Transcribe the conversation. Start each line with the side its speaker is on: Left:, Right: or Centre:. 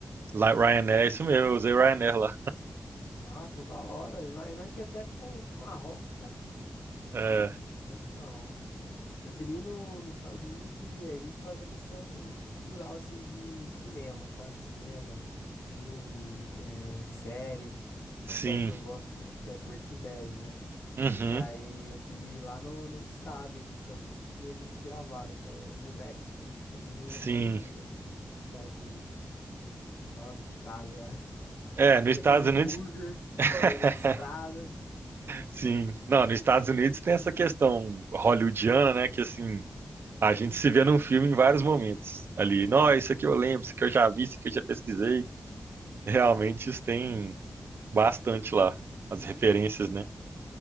Right: Lá- Ryanair, isso mesmo, eu usei Ryanair lá.
Left: Ah, toda hora. Ryanair tinha até pro, pro Marrocos, cara.
Right: É,
Left: Até pro Marrocos. Eu queria ir no, nos Estados Unidos, eu queria ir por causa da questão cultural, assim, de cinema, sabe? Cinema, filme, eh, série. Tem
Right: sim,
Left: uma série que eu gosto muito que é Breaking Bad, né?
Right: uhum,
Left: E aí eu queria ir lá no, no estado dos Estados Unidos que eles gravaram, que é o New Mexico. Fica ali no,
Right: sim.
Left: acho que no meio ali do- dos Estados Unidos. Queria dar uma visitada lá. <laughs>
Right: É,
Left: Comer
Right: nos Estados
Left: aquele hambúrguer
Right: Unidos. <laughs>
Left: de beira de estrada.
Right: Sim. Não, nos Estados Unidos tem essa questão hollywoodiana, né? Que assim, a gente se vê num filme em vários momentos. Ali, não, isso aqui eu lembro, isso aqui eu já vi, isso aqui eu já pesquisei. Realmente isso tem bastante lá, as referências, né?